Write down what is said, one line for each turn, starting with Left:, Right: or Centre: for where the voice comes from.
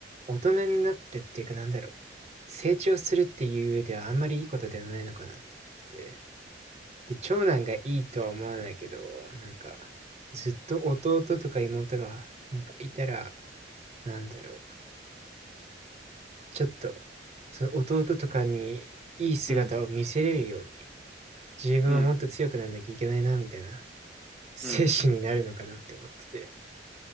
Right: 大人になってるっていうかなんだろう。成長するっていう上ではあんまりいいことではないのかなって思ってて。で、長男がいいとは思わないけど、なんか、ずっと弟とか妹がなんかいたら、なんだろう。ちょっと、その弟とかにいい姿を見せれるように、
Centre: うん、
Right: 自分はもっと強くなんなきゃいけないな、
Centre: うん、
Right: みたいな精神になるのかなって思ってて。
Centre: うん。